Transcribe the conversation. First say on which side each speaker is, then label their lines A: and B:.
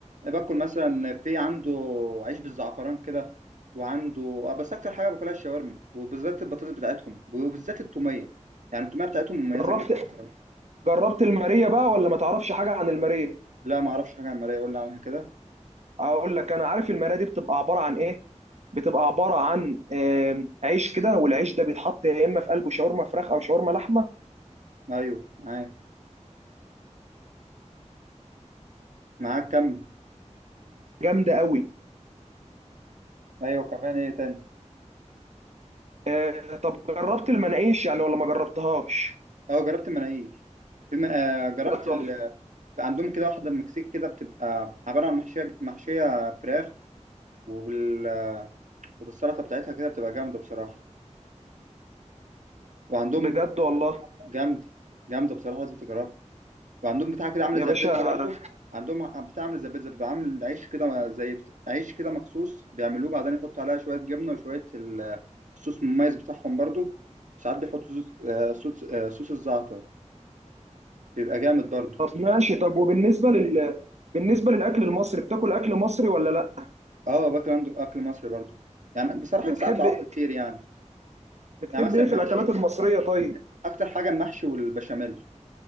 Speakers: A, on the right; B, on the right.
A: إيه، باكل مثلا في عنده عيش بالزعفران كده وعنده آه، بس اكتر حاجة باكلها الشاورما وبالذات البطاطس بتاعتهم وبالذات التومية يعني التومية بتاعتهم مميزة
B: جربت
A: جدا بصراحة
B: جربت الماريه بقى ولا ما تعرفش حاجه عن الماريه
A: لا ما اعرفش حاجة عن المرايه يقول لي عنها كده
B: اقول لك انا عارف المرايه دي بتبقى عباره عن ايه بتبقى عباره عن آم، عيش كده والعيش ده بيتحط يا اما في قلبه شاورما فراخ او شاورما لحمه
A: ايوه معاك معاك كمل
B: جامده قوي
A: ايوه كمان ايه تاني
B: آه، طب جربت المناقيش يعني ولا ما جربتهاش
A: اه جربت المناقيش بما آه جربت
B: بجد
A: ال...
B: والله
A: عندهم كده واحده من المكسيك كده بتبقى عباره عن محشيه محشيه فراخ وبال... وبالسلطه بتاعتها كده بتبقى جامده بصراحه وعندهم
B: بجد والله
A: جامده جامده بصراحه لازم تجربها وعندهم بتاع كده عامله
B: يا
A: زي
B: باشا
A: البيتزا برضو عندهم بتاع عامله زي البيتزا بيبقى عامل عيش كده زي بت... عيش كده مخصوص بيعملوه بعدين يحطوا عليها شويه جبنه وشويه ال- الصوص المميز بتاعهم برضو وساعات بيحطوا صوص آه صوص, آه صوص الزعتر بيبقى جامد برضو
B: طب ماشي طب وبالنسبه لل بالنسبه للاكل المصري بتاكل اكل مصري ولا لا
A: اه باكل عنده اكل مصري برضو يعني بصراحه
B: بتحب
A: ساعات بعك
B: إيه-
A: كتير يعني
B: بتحب
A: يعني مثلا
B: ايه في
A: محشي
B: الاكلات المصريه طيب
A: اكتر حاجه المحشي والبشاميل